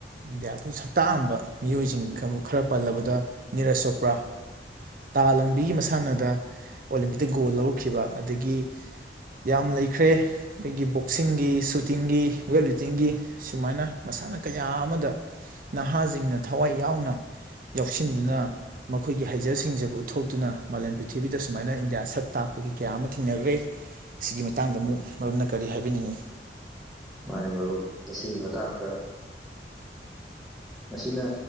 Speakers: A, on the right; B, in the centre.
A: ꯏꯟꯗꯤꯌꯥꯕꯨ ꯁꯛꯇꯥꯛꯑꯝꯕ ꯃꯤꯑꯣꯏꯁꯤꯡ ꯈ ꯈꯔ ꯄꯜꯂꯕꯗ ꯅꯤꯔꯖ ꯆꯣꯄ꯭ꯔꯥ ꯇꯥ ꯂꯪꯕꯤꯒꯤ ꯃꯁꯥꯟꯅꯗ ꯑꯣꯂꯦꯝꯄꯤꯛꯇ ꯒꯣꯜ ꯂꯧꯔꯛꯈꯤꯕ ꯑꯗꯒꯤ ꯌꯥꯝ ꯂꯩꯈ꯭ꯔꯦ ꯑꯩꯈꯣꯏꯒꯤ ꯕꯣꯛꯁꯤꯡꯒꯤ ꯁꯨꯇꯤꯡꯒꯤ ꯋꯦꯠ ꯂꯤꯐꯇꯤꯡꯒꯤ ꯁꯨꯃꯥꯏꯅ ꯃꯁꯥꯟꯅ ꯀꯌꯥ ꯑꯃꯗ ꯅꯍꯥꯁꯤꯡꯅ ꯊꯋꯥꯏ ꯌꯥꯎꯅ ꯌꯥꯎꯁꯤꯟꯗꯨꯅ ꯃꯈꯣꯏꯒꯤ ꯍꯩꯖ ꯁꯤꯡꯖꯕꯨ ꯎꯠꯊꯣꯛꯇꯨꯅ ꯃꯥꯂꯦꯝ ꯄ꯭ꯔꯤꯊꯤꯕꯤꯗ ꯁꯨꯃꯥꯏꯅ ꯏꯟꯗꯤꯌꯥ ꯁꯛ ꯇꯥꯛꯄꯒꯤ ꯀꯌꯥ ꯑꯃ ꯊꯦꯡꯅꯈ꯭ꯔꯦ ꯁꯤꯒꯤ ꯃꯇꯥꯡꯗ ꯑꯃꯨꯛ ꯃꯔꯨꯞꯅ ꯀꯔꯤ ꯍꯥꯏꯕꯤꯅꯤꯡꯉꯤ
B: ꯃꯥꯅꯦ ꯃꯔꯨꯞ ꯃꯁꯤꯒꯤ ꯃꯇꯥꯡꯗ ꯃꯁꯤꯅ